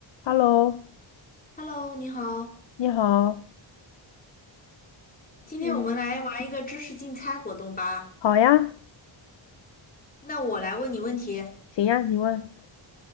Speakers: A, on the left; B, on the left.
A: Hello，
B: Hello，你好，
A: 你好，
B: 今天我们来玩一个知识竞猜活动吧。
A: 嗯，好呀，
B: 那我来问你问题，
A: 行呀，你问